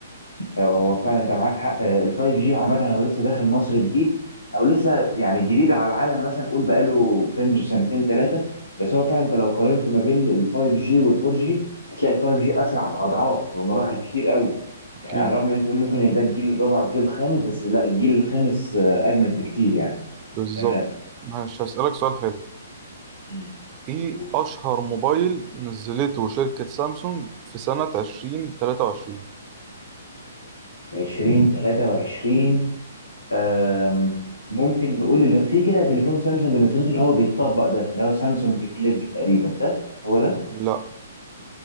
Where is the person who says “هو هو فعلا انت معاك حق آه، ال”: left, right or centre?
Left